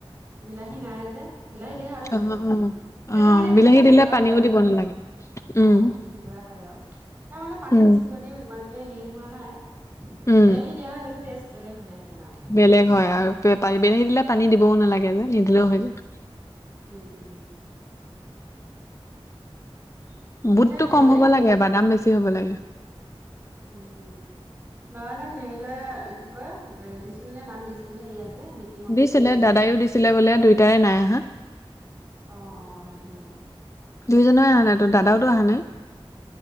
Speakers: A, on the right (about 25°); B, on the left (about 30°).
A: বিলাহী নাই যে, বিলাহী দিয়াহে আৰু ভাল
B: অ
A: লাগিলহেঁতেন,
B: অ
A: তেতিয়া
B: অ
A: মানে
B: বিলাহী
A: বেছি
B: দিলে
A: গুঢ়া
B: পানীও
A: হয় আৰু।
B: দিব নালাগে
A: অ
B: উম
A: বেছি গুঢ়া হয় আৰু। তাৰ মানে পানী
B: উম,
A: দিছো যদিও ইমানকে হেৰি হোৱা নাই,
B: উম,
A: বিলাহী দিয়া সেইটো টেষ্ট বেলেগ হ'লেহেঁতেন আৰু।
B: বেলেগ হয় আৰু বেলাহী দিলে পানী দিবও নালাগে যে নিদিলেও হৈ যায়।
A: উম উম। <inaudible>
B: বুটটো
A: হেৰি
B: কম হ'ব লাগে বাদাম বেছি হ'ব লাগে।
A: উম উম। নয়নক হেৰিলৈ কি কয় দিছিল নে নাম দিছিল নে এইয়া যে আমি
B: দিছিলে দাদায়ও দিছিলে বোলে দুইটাৰে নাই আহা।
A: অ অ নাহিলে।
B: দুয়োজনে অহা নাই তোৰ, দাদাওটোৰ অহা নাই।